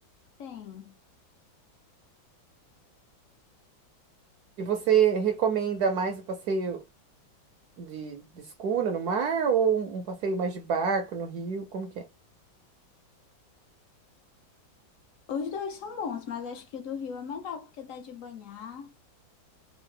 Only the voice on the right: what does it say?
E você recomenda mais o passeio de, de escuna no mar ou um um passeio mais de barco no rio? Como que é?